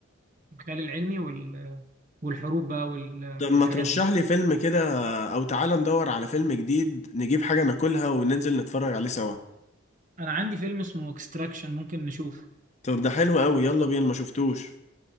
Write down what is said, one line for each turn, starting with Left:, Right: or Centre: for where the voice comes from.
Right: الخيال العلمي وال والحروب بقى وال-
Left: طب
Right: والحاجات
Left: ما ترشح
Right: دي
Left: لي فيلم كده او تعالى ندور على فيلم جديد نجيب حاجة ناكلها وننزل نتفرج عليه سوا
Right: انا عندي فيلم اسمه اكستراكشن ممكن نشوفه
Left: طب ده حلو قوي يلا بينا ما شفتوش